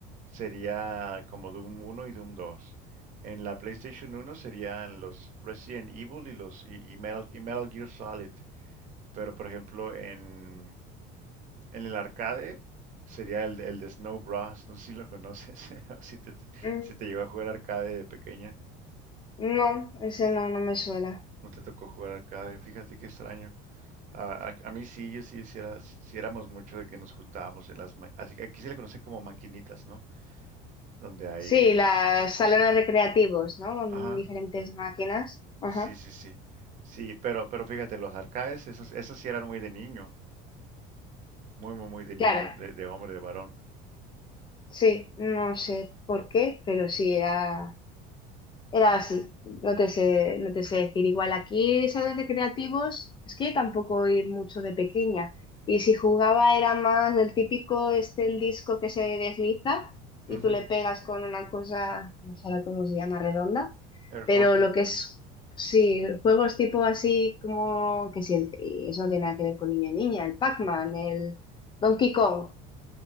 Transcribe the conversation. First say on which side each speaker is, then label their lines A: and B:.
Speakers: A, on the right (about 40°); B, on the left (about 25°).
A: sería como Doom uno y Doom dos. En la PlayStation uno serían los Resident Evil y los y, y Metal, y Metal Gear Solid. Pero por ejemplo, en, en el arcade sería el, de- el de Snow Bros. No sé si lo conoces <laughs> o si te,
B: Mm,
A: si te llegó a jugar arcade de pequeña.
B: No, ese no, no me suena.
A: No te tocó jugar arcade. Fíjate qué extraño. A, a- a mí sí, yo sí, sí, era- sí éramos mucho de que nos juntábamos en las... ma- Así que aquí se le conoce como maquinitas, ¿no? Donde hay...
B: Sí, los salones recreativos, ¿no? Con
A: Ajá,
B: diferentes máquinas. Ajá.
A: sí, sí, sí. Sí, pero, pero fíjate, los arcades, esos, esos sí eran muy de niño. Muy, muy, muy de niño,
B: Claro,
A: de, de hombre, de varón.
B: sí, no sé por qué, pero sí era. Era así, no te sé, no te sé decir. Igual aquí salones de creativos, es que yo tampoco ir mucho de pequeña. Y si jugaba era más el típico, este, el disco que se desliza y
A: Ujú,
B: tú le pegas con una cosa, no sé ahora cómo se llama, redonda.
A: Air
B: Pero
A: hockey.
B: lo que es, sí, juegos tipo así como, que sí, el- y eso no tiene nada que ver con niño y niña, el Pac-Man, el Donkey Kong,